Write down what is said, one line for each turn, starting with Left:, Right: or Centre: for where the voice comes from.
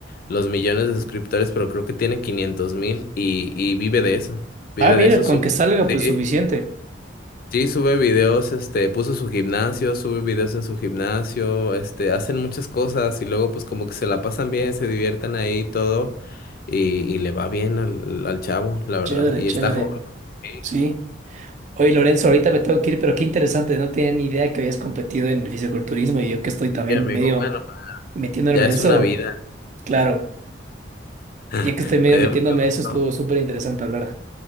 Left: los millones de suscriptores, pero creo que tiene quinientos mil y, y vive de eso. Vive
Right: Ah, mira,
Left: de eso. sube-
Right: con que salga,
Left: sí,
Right: pues suficiente.
Left: sí, sube videos, este, puso su gimnasio, sube videos en su gimnasio, este, hacen muchas cosas y luego pues como que se la pasan bien, se divierten ahí y todo y, y le va bien al, al chavo, la verdad.
Right: Chévere,
Left: Y
Right: chévere.
Left: está joven. Sí,
Right: Sí. Oye, Lorenzo, ahorita me tengo que ir, pero qué interesante, no tenía ni idea que habías competido en el fisiculturismo y yo que estoy también
Left: sí, amigo,
Right: medio
Left: bueno,
Right: metiéndome
Left: ya es
Right: en eso.
Left: una vida.
Right: Claro,
Left: <laughs>
Right: ya que estoy medio
Left: Me dio
Right: metiéndome
Left: mucho gusto.
Right: en eso, estuvo súper interesante hablar.